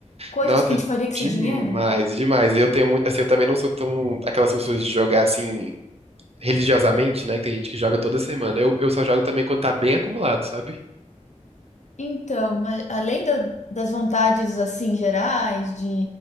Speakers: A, on the left; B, on the right.
A: Coisas
B: Nossa,
A: que a gente faria com
B: demais,
A: esse dinheiro.
B: demais. Eu tenho muito. Assim, eu também não sou tão. Aquelas pessoas de jogar assim, religiosamente, né? Que tem gente que joga toda semana. Eu, eu só jogo também quando tá bem acumulado, sabe?
A: Então, mas além da- das vontades assim gerais de,